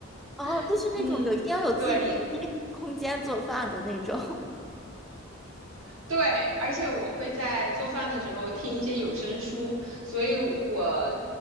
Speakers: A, in the centre; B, on the right (about 90°).
A: 哦，
B: <laughs>
A: 就是那种有一定要有自己独立
B: 嗯，对，
A: <laughs> 空间做饭的那种。
B: 对，而且我会在做饭的时候听一些有声书，所以我